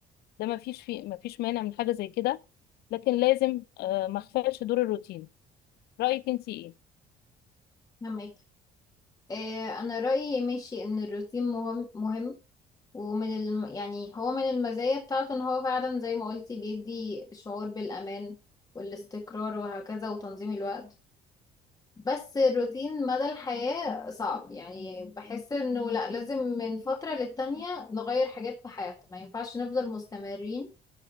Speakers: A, on the left (about 70°); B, on the left (about 20°).
A: ده مفيش فيه مفيش مانع من حاجة زي كده لكن لازم آه، ما أغفلش دور الروتين رأيك أنتي إيه؟
B: فهمك إيه أنا رأيي ماشي إن الروتين مهم مهم ومن الم... يعني هو من المزايا بتاعته ان هو فعلا زي ما قلتي بيدي شعور بالأمان والاستقرار وهكذا وتنظيم الوقت بس الروتين مدى الحياة صعب يعني بحس انه لا لازم من فترة للتانية نغير حاجات في حياتنا ما ينفعش نفضل مستمرين